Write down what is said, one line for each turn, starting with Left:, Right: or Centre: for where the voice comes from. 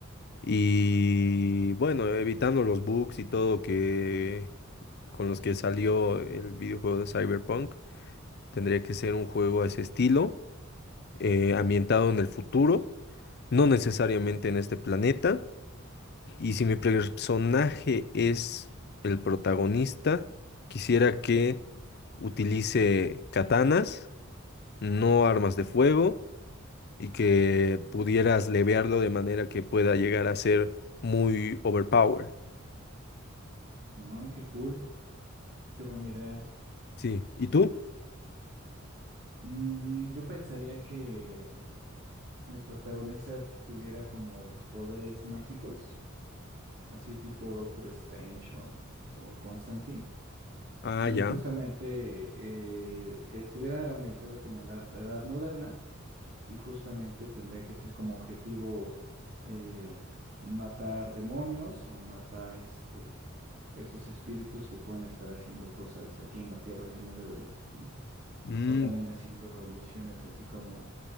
Left: Y bueno, evitando los bugs y todo que con los que salió el videojuego de Cyberpunk, tendría que ser un juego a ese estilo, eh, ambientado en el futuro, no necesariamente en este planeta. Y si mi personaje es el protagonista, quisiera que utilice katanas, no armas de fuego, y que pudieras levearlo de manera que pueda llegar a ser muy overpower.
Right: No, qué cool, qué buena idea.
Left: Sí. ¿Y tú?
Right: Mm, yo pensaría que mi protagonista tuviera como poderes mágicos, así tipo Doctor Strange o, o Constantine,
Left: Ah,
Right: y
Left: ya.
Right: justamente eh, estuviera ambientado como en la edad moderna y justamente tendría que ser como objetivo eh, matar demonios o matar este estos espíritus que pueden estar haciendo cosas aquí en la tierra que no deberían, ¿no?
Left: Mm,
Right: O también haciendo misiones así como,